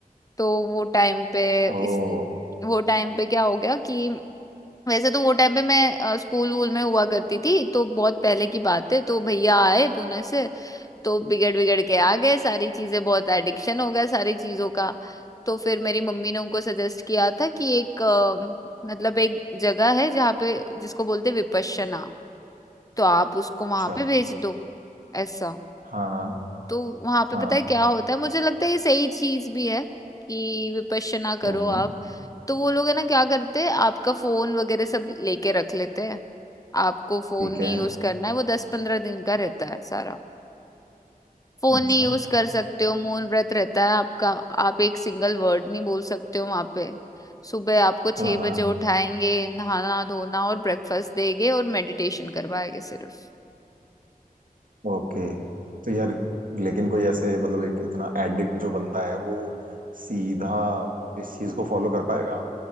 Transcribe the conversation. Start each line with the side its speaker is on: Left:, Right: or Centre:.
Left: तो वो टाइम पे
Right: ओ
Left: इस वो टाइम पे क्या हो गया कि वैसे तो वो टाइम पे मैं स्कूल वूल में हुआ करती थी तो बहुत पहले की बात है तो भैया आए पुणे से तो बिगड़ बिगड़ के आ गए सारी चीजें बहुत एडिक्शन हो गया सारी चीजों का तो फिर मेरी मम्मी ने उनको सजेस्ट किया था कि एक अ, मतलब एक जगह है जहाँ पे जिसको बोलते हैं विपश्यना तो आप उसको वहां
Right: अच्छा
Left: पे भेज दो ऐसा
Right: हाँ हाँ
Left: तो वहां पे
Right: हाँ
Left: पता है क्या होता है मुझे लगता है ये सही चीज भी है कि विपश्यना करो
Right: हम्म
Left: आप
Right: हम्म,
Left: तो वो लोग है ना क्या करते हैं आपका फोन वगैरह सब लेके रख लेते हैं आपको फोन
Right: ठीक
Left: नहीं
Right: है
Left: यूज करना है वो दस पंद्रह दिन का रहता है सारा फोन
Right: अच्छा
Left: नहीं यूज कर सकते हो मौन व्रत रहता है आपका आप एक सिंगल वर्ड नहीं बोल सकते हो वहां पे सुबह आपको छह
Right: हाँ हाँ
Left: बजे उठाएंगे नहाना धोना और ब्रेकफास्ट देंगे और मेडिटेशन करवाएंगे सिर्फ
Right: ओके तो यार लेकिन कोई ऐसे मतलब एक इतना एडिक्ट जो बंदा है वो सीधा इस चीज को फॉलो कर पाएगा